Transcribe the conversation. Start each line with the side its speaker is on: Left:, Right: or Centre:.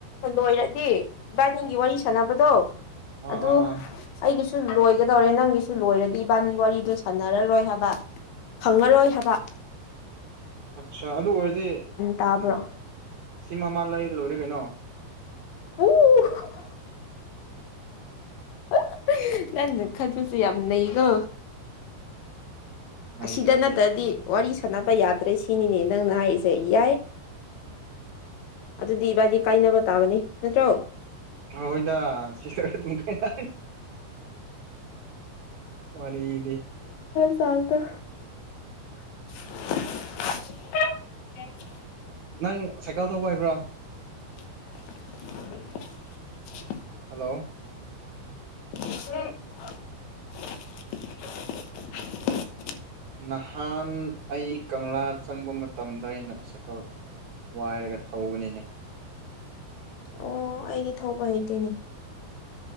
Left: ꯂꯣꯏꯔꯗꯤ ꯏꯕꯥꯅꯤꯒꯤ ꯋꯥꯔꯤ ꯁꯥꯟꯅꯕꯗꯣ
Right: ꯑꯥ
Left: ꯑꯗꯨ
Right: ꯑꯥ ꯑꯥ
Left: ꯑꯩꯒꯤꯁꯨ ꯂꯣꯏꯒꯗꯧꯔꯦ ꯅꯪꯒꯤꯁꯨ ꯂꯣꯏꯔꯗꯤ ꯏꯕꯥꯅꯤ ꯋꯥꯔꯤꯗꯣ ꯁꯥꯟꯅꯔꯔꯣꯏ ꯍꯥꯕ꯫ ꯐꯪꯉꯔꯣꯏ ꯍꯥꯕ꯫
Right: ꯑꯠꯆꯥ ꯑꯗꯨ ꯑꯣꯏꯔꯗꯤ
Left: ꯇꯥꯕ꯭ꯔꯣ
Right: ꯎꯝ ꯁꯤ ꯃꯃꯥ ꯂꯩ ꯂꯣꯏꯔꯦ ꯀꯩꯅꯣ꯫
Left: <unintelligible> <unintelligible> ꯅꯟꯅ ꯈꯟꯕꯁꯨ ꯌꯥꯝ ꯅꯩꯀꯣ꯫
Right: ꯅꯩꯗ꯭ꯔꯗꯤ
Left: ꯑꯁꯤꯗ ꯅꯠꯇ꯭ꯔꯗꯤ ꯋꯥꯔꯤ ꯁꯅꯕ ꯌꯥꯗ꯭ꯔꯦ ꯁꯤꯅꯤꯅꯦ ꯅꯪꯅ ꯍꯥꯏꯔꯤꯁꯦ ꯌꯥꯏ꯫ ꯑꯗꯨꯗꯤ ꯏꯕꯥꯗꯤ ꯀꯥꯏꯅꯕ ꯇꯥꯕꯅꯤ ꯅꯠꯇ꯭ꯔꯣ?
Right: ꯍꯣꯏꯗ <unintelligible> ꯋꯥꯔꯤꯗꯤ
Left: <unintelligible>
Right: ꯅꯪ ꯁꯥꯏꯀꯜ ꯊꯧꯕ ꯍꯩꯕ꯭ꯔꯣ?
Left: <unintelligible>
Right: ꯍꯂꯣ
Left: <unintelligible>
Right: ꯅꯍꯥꯟ ꯑꯩ ꯀꯪꯂꯥ ꯆꯪꯕ ꯃꯇꯝꯗ ꯑꯩꯅ ꯁꯥꯏꯀꯧ ꯋꯥꯏꯔꯒ ꯊꯧꯕꯅꯤꯅꯦ
Left: ꯑꯣ ꯑꯩꯗꯤ ꯊꯧꯕ ꯍꯩꯇꯣꯏꯅꯦ